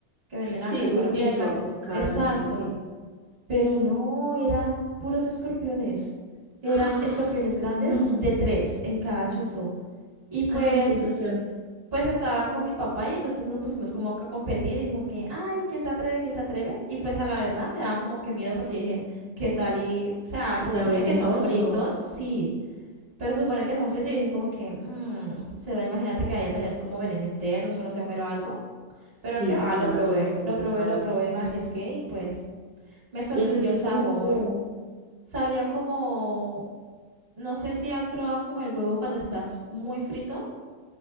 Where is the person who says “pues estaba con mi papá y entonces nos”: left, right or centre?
Right